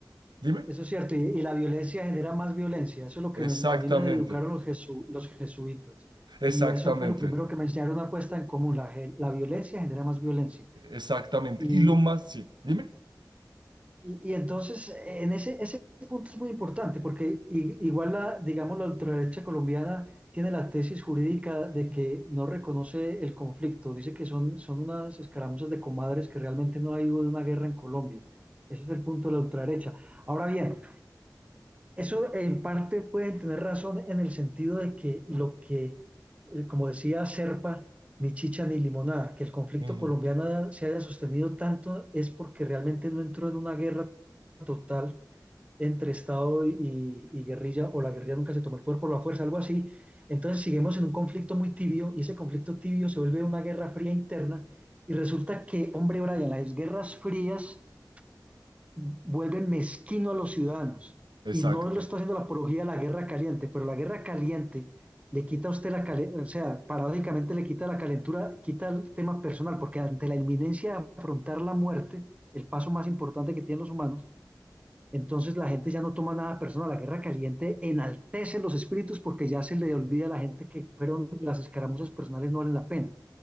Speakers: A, on the right; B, on the right.
A: Dime.
B: eso es cierto, y, y la violencia genera más violencia. Eso es lo que
A: Exactamente,
B: me- a mí me educaron los, jesu- los jesuitas.
A: exactamente,
B: Y eso fue lo primero que me enseñaron una puesta en común. La, ge- la violencia genera más violencia.
A: exactamente.
B: Y,
A: Y lo más, sí, dime.
B: Y, y entonces, en ese, ese punto es muy importante, porque i- igual, la, digamos, la ultraderecha colombiana tiene la tesis jurídica de que no reconoce el conflicto, dice que son, son unas escaramuzas de comadres, que realmente no ha habido una guerra en Colombia. Ese es el punto de la ultraderecha. Ahora bien, eso en parte pueden tener razón en el sentido de que lo que, eh, como decía Serpa, ni chicha ni limonada, que el conflicto
A: Ujú,
B: colombiano se haya sostenido tanto es porque realmente no entró en una guerra total entre Estado y, y guerrilla, o la guerrilla nunca se tomó el poder por la fuerza, algo así. Entonces seguimos en un conflicto muy tibio y ese conflicto tibio se vuelve una guerra fría interna y resulta que, hombre, Brian, las guerras frías vuelven mezquino a los ciudadanos
A: Exacto,
B: y no lo está haciendo la apología de la guerra caliente, pero la guerra caliente le quita a usted la calentura, o sea, paradójicamente le quita la calentura, quita el tema personal, porque ante la inminencia de afrontar la muerte, el paso más importante que tienen los humanos, entonces la gente ya no toma nada personal. La guerra caliente enaltece los espíritus porque ya se le olvida a la gente que fueron las escaramuzas personales no valen la pena.